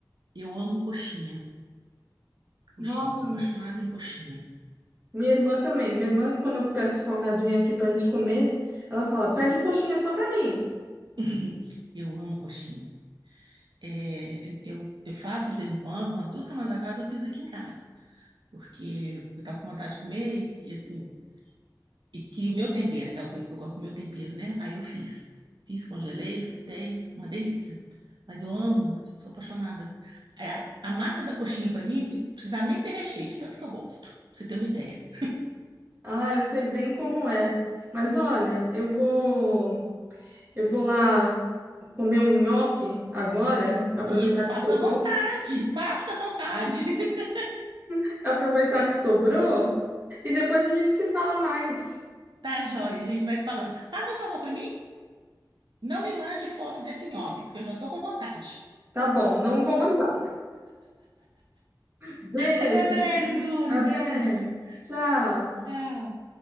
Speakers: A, on the right; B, on the right.
A: Eu amo coxinha. Coxinha.
B: Nossa,
A: Sou apaixonada em coxinha.
B: minha irmã também. Minha irmã, quando eu peço salgadinho aqui pra gente comer, ela fala: pede coxinha só pra mim.
A: <laughs> Eu amo coxinha. É, eu, eu faço de vez em quando, umas duas semanas atrás eu fiz aqui em casa. Porque eu estava com vontade de comer e, e, assim, E que o meu tempero, aquela coisa que eu gosto do meu tempero, né? Aí eu fiz. Fiz, congelei, fritei, uma delícia. Mas eu amo, sou apaixonada. É, a massa da coxinha, para mim, precisava nem ter recheio, de tanto que eu gosto, pra você ter uma ideia.
B: Ah, eu sei bem como é. Mas olha, eu vou. Eu vou lá comer um nhoque agora, aproveitar
A: E Isso,
B: que
A: passa
B: sobrou,
A: à vontade, passa à vontade. <laughs>
B: <laughs> aproveitar que sobrou, e depois a gente se fala mais.
A: Tá joia, a gente vai se falando. Faz um favor para mim, não me mande foto desse nhoque, porque eu já tô com vontade.
B: Tá bom, não vou mandar. Beijo,
A: Até breve, Bruno.
B: até.
A: Beijo.
B: Tchau.
A: Tchau.